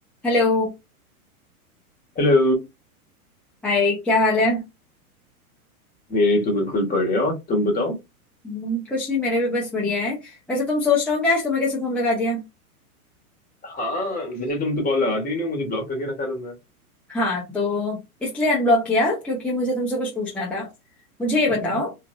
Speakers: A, in the centre; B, on the left (about 20°).
A: Hello
B: Hello
A: Hi क्या हाल है
B: मेरे तो बिल्कुल पढ़े हो तुम बताओ
A: हम्म, कुछ नहीं मेरे भी बस बढ़िया है वैसे तुम सोच रहे होंगे आज तुम्हें कैसे फोन लगा दिया
B: हाँ वैसे तुम तो कॉल लगाती ही नहीं हो मुझे ब्लॉक करके रखा है तुमने
A: हाँ तो इसलिए अनब्लॉक किया क्योंकि मुझे तुमसे कुछ पूछना था मुझे ये बताओ
B: <laughs>